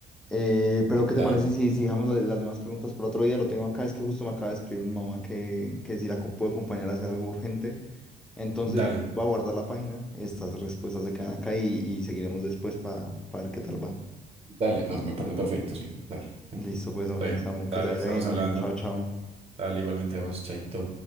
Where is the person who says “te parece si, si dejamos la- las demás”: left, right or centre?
Centre